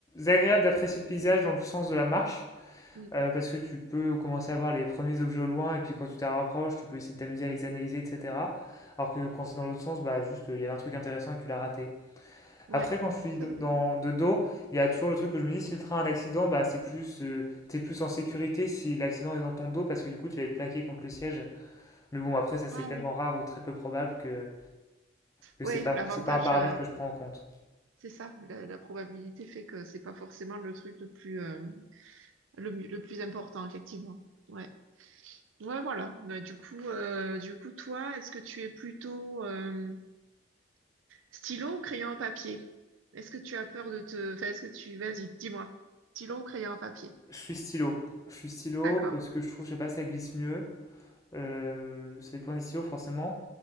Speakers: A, on the left (about 15°); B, on the right (about 85°).
A: agréable d'apprécier le paysage dans le sens de la marche.
B: Mm.
A: Euh, parce que tu peux commencer à voir les premiers objets au loin, et puis quand tu t'en rapproches, tu peux essayer de t'amuser à les analyser, etc. Alors que quand c'est dans l'autre sens, bah juste, il y avait un truc intéressant et tu l'as raté.
B: Ouais,
A: Après, quand je suis de-
B: c'est
A: dans,
B: vrai.
A: de dos, il y a toujours le truc que je me dis, si le train a un accident, bah c'est plus, euh, t'es plus en sécurité si l'accident est dans ton dos, parce que du coup, tu vas être plaqué contre le siège. Mais bon, après, ça c'est
B: Ah
A: tellement
B: oui.
A: rare ou très peu probable que, que
B: Ouais,
A: c'est pas,
B: l'avantage,
A: c'est pas un paramètre
B: euh,
A: que je prends en compte.
B: c'est ça. La, la probabilité fait que c'est pas forcément le truc le plus, euh, le, mieux- le plus important, effectivement. Ouais. Ouais, voilà. Bah, du coup, euh, du coup, toi, est-ce que tu es plutôt euh, stylo ou crayon à papier? Est-ce que tu as peur de te... Enfin, est-ce que tu... Vas-y, dis-moi. Stylo ou crayon à papier?
A: Je suis stylo. Je suis stylo
B: D'accord.
A: parce que je trouve, je sais pas, ça glisse mieux. Euh, ça dépend des stylos, forcément.